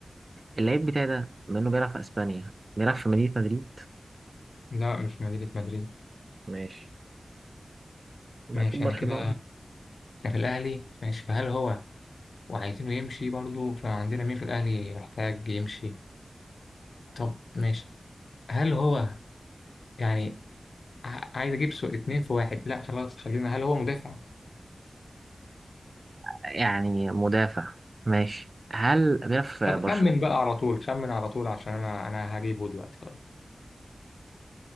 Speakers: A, on the right (about 45°); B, on the left (about 80°).
A: اللاعب بتاعي ده بما إنه بيلعب في أسبانيا بيلعب في مدينة مدريد
B: لا مش مدينة مدريد
A: ماشي يبقى
B: ماشي
A: اكيد
B: أنا
A: برشلونة
B: كده أنا في الأهلي ماشي فهل هو وعايزينه يمشي برضه فعندنا مين في الأهلي محتاج يمشي طب ماشي هل هو يعني ع- عايز أجيب سو اتنين في واحد لا خلاص خلينا هل هو مدافع؟
A: يعني مدافع ماشي هل بيلعب في
B: طب
A: برشلونة
B: خمن بقى على طول خمن على طول عشان أنا أنا هجيبه دلوقتي خلاص